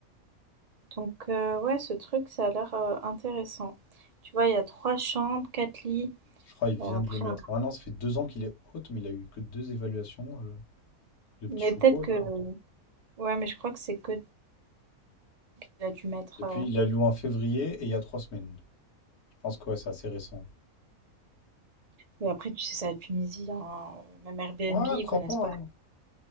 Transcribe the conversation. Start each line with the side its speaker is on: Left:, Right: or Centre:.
Right: Donc, heu, ouais, ce truc, ça a l'air, heu, intéressant. Tu vois, il y a 3 chambres, 4 lits,
Left: Je crois qu'il vient
Right: heu, après
Left: de le mettre. Ah non, ça fait deux ans qu'il est haute, mais il a eu que deux évaluations, euh, le petit
Right: Mais
Left: choupeau,
Right: peut-être que.
Left: là.
Right: Ouais, mais je crois que c'est que qu'il a dû mettre.
Left: Depuis,
Right: euh,
Left: il a loué en février et il y a trois semaines. Je pense que ouais, c'est assez récent.
Right: Mais après, tu sais, c'est la Tunisie, hein, Même Airbnb,
Left: Ouais,
Right: ils
Left: crois
Right: connaissent
Left: pas, hein.
Right: pas.